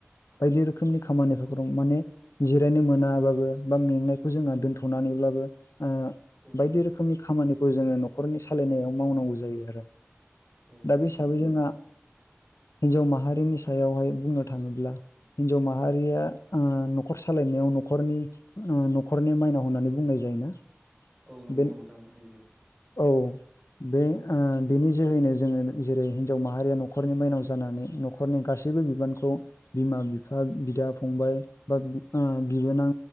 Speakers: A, on the left; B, in the centre.
A: बायदि रोखोमनि खामानिफोरखौ रं माने जिरायनो मोनाबाबो बा मेंनायखौ जोंहा दोन्थ'नानैब्लाबो ओ
B: औ
A: बायदि रोखोमनि खामानिखौ जोङो न'खरनि सालायनायाव मावनांगौ जायो आरो।
B: औ
A: दा
B: नोंथां
A: बे हिसाबै
B: नंगौ
A: जोंहा हिन्जाव माहारिनि सायावहाय बुंनो थाङोब्ला हिन्जाव माहारिया ओ न'खर सालायनायाव न'खरनि न'खरनि माइनाव होननानै बुंनाय जायोना।
B: औ नंगौ
A: बे
B: नोंथां होनाय जायो।
A: औ बे ओ बिनि जोहैनो जोङो जेरै हिनजाव माहारिया न'खरनि माइनाव जानानै न'खरनि गासैबो बिबानखौ
B: औ
A: बिमा बिफा बिदा फंबाय बा ओ बिबोनां